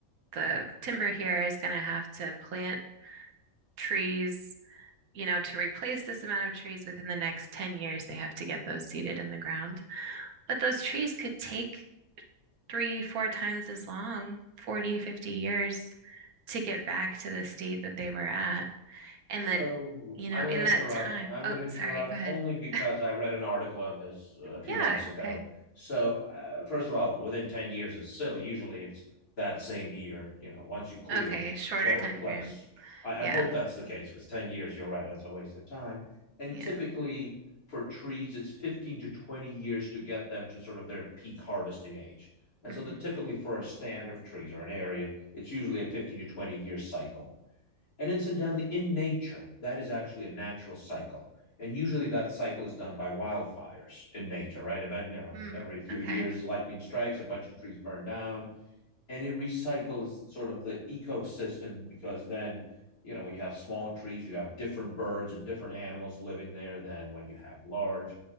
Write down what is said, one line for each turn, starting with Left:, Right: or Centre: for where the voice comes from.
Right: the timber here is going to have to plant trees, you know, to replace this amount of trees within the next 10 years, they have to get those seeded in the ground. But those trees could take three, four times as long, 4050 years to get back to the state that they were at. And
Left: So
Right: then, you
Left: I'm
Right: know,
Left: going
Right: in
Left: to interrupt.
Right: that time,
Left: I'm going
Right: oh,
Left: to interrupt
Right: sorry, go ahead.
Left: only because
Right: <laughs>
Left: I read an article on this uh, a few
Right: Yeah,
Left: months ago.
Right: okay.
Left: So uh, first of all, within 10 years is silly. Usually it's that same year. You know, once you clear,
Right: Okay, shorter
Left: go replace.
Right: time frame.
Left: I,
Right: Yeah,
Left: I hope that's the case because 10 years, you're right, that's a waste of time. And
Right: yeah.
Left: typically for trees, it's 15 to 20 years to get them to sort of their peak harvesting age. And
Right: hmm
Left: so the typically for a stand of trees or an area, it's usually a 15 to 20 year cycle. And incidentally, in nature, that is actually a natural cycle. And usually that cycle is done by wildfires in nature, right? Event, you know,
Right: Hmm.
Left: every few
Right: Okay.
Left: years, lightning strikes, a bunch of trees burn down, and it recycles sort of the ecosystem because then, you know, when you have small trees, you have different birds and different animals living there than when you have large.